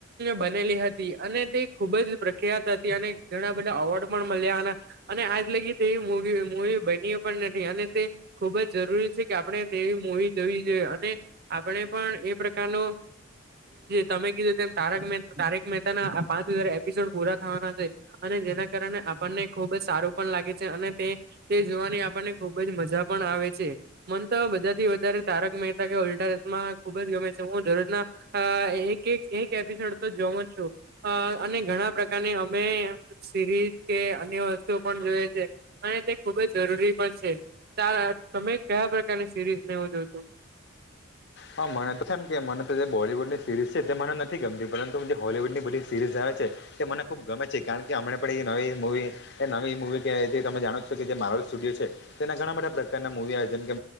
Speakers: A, on the right; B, on the left.
A: બનેલી હતી અને તે ખુબ જ પ્રખ્યાત હતી અને ઘણા બધા અવોર્ડ પણ મળ્યા અને અને આજ લગી તેવી મુવી મુવી બની એ પણ નથી અને તે ખુબ જ જરૂરી છે કે આપણે તેવી મુવી જોવી જોઈએ અને આપડે પણ એ પ્રકારનો તમે કીધું તમે મહેતા ના પાંચ હજાર એપિસોડ પૂરા થવાના છે અને જેના કારણે આપણને ખુબ જ સારું પણ લાગે છે અને તે તે જોવાની આપણને ખુબ જ મજા પણ આવે છે મન તો બધા થી વધારે તારક મહેતા કે ઉલ્ટા ચશ્મા ખુબ જ ગમે છે હું દરરોજના અ એક એક એક એપિસોડ તો જોવો છું અને ઘણા પ્રકારને અમે સિરીઝ કે અન્ય વસ્તુ પણ જોએ છે અને તે ખુબ જ જરૂરી પણ છે ચાર તમે કયા પ્રકારની સિરીઝ ને એઉ જોવ છું
B: હા મને તો છેમ કે મને તો જે બોલીવૂડની સિરીઝ છે તે મને નથી ગમતી પરંતુ જે હોલીવૂડ ની બધી સીરીઝ આવે છે તે મને ખુબ ગમે છે કારણ કે હમને પણ એ નવી મૂવી એ નવી મુવી કે જે તમે જાણો છો કે જે માર સ્ટુડિયો છે તેના ઘણા બધા પ્રકારના મૂવી આવે જેમ કે.